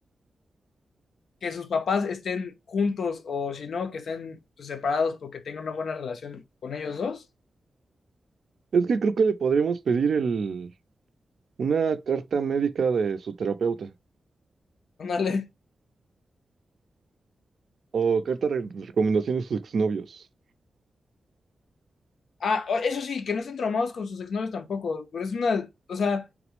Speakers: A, on the left; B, on the right.
A: que sus papás estén juntos o si no, que estén pues, separados porque tengan una buena relación con ellos dos.
B: Es que creo que le podríamos pedir el, una carta médica de su terapeuta
A: Ándale.
B: o carta de recomendaciones de sus exnovios.
A: Ah, o- eso sí, que no estén traumados con sus exnovios tampoco, pero es una, o sea,